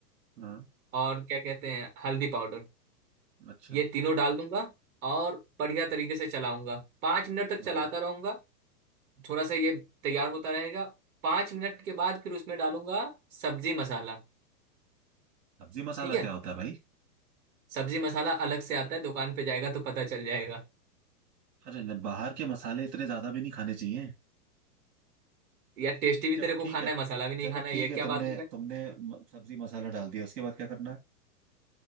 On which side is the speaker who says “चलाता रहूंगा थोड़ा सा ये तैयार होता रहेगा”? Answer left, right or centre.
Right